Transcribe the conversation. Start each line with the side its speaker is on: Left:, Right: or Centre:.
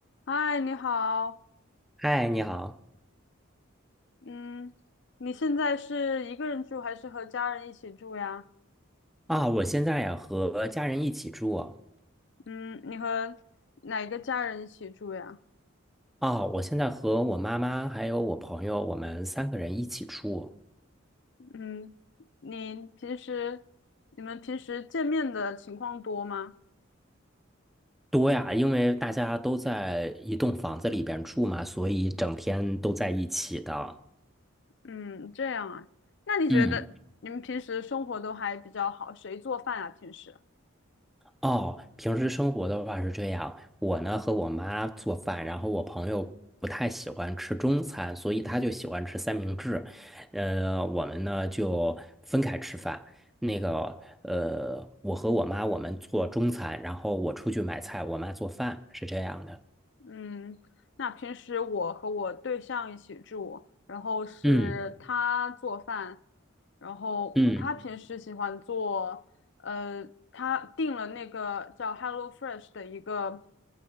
Left: 嗨，你好，
Centre: 嗨，你好
Left: 嗯，你现在是一个人住还是和家人一起住呀？
Centre: 啊！我现在呀和家人一起住哦
Left: 嗯，你和哪个家人一起住呀？
Centre: 啊，我现在和我妈妈还有我朋友，我们三个人一起住。
Left: 嗯，你平时你们平时见面的情况多吗？
Centre: 多呀，因为大家都在一栋房子里边住嘛，所以整天都在一起的。
Left: 嗯，这样啊，那你觉得你们平时生活都还比较好，
Centre: 嗯，
Left: 谁做饭啊？平时？
Centre: 哦，平时生活的话是这样，我呢和我妈做饭，然后我朋友不太喜欢吃中餐，所以他就喜欢吃三明治，呃，我们呢就分开吃饭。那个，呃，我和我妈我们做中餐，然后我出去买菜，我妈做饭，是这样的。
Left: 嗯，那平时我和我对象一起住，然后是他做饭，
Centre: 嗯
Left: 然后他平时喜欢做，
Centre: 嗯
Left: 呃，他订了那个叫 HelloFresh 的一个，